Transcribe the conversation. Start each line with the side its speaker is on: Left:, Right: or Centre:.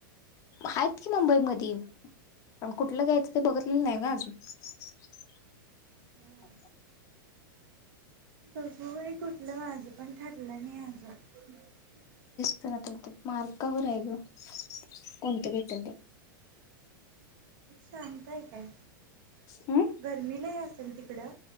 Left: हायत कि मुंबई मधी पण कुठलं घ्यायचं ते बघतलेलं नाही ग अजून <inaudible>
Right: होय तुझं व्हय कुठलं माझं पण ठरलं नाही आजून <inaudible>
Left: <unintelligible> ते मार्कावर आहे ग कोणत भेटल ते
Right: शांतय काय?
Left: हम्म
Right: गर्मी लय असेल तिकडं